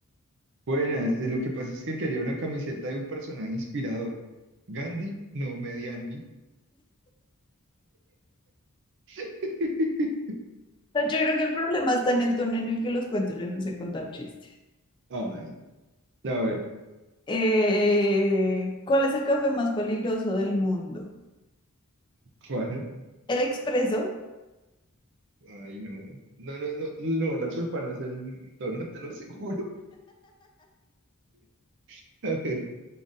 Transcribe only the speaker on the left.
No, Yo creo que el problema está en el tono en el que los cuento, yo no sé contar chistes.
Eh, ¿cuál es el café más peligroso del mundo?
¿El expreso?